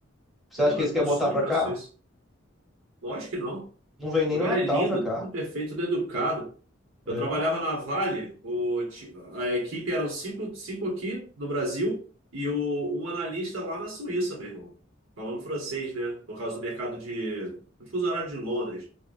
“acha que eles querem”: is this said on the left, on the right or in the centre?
Centre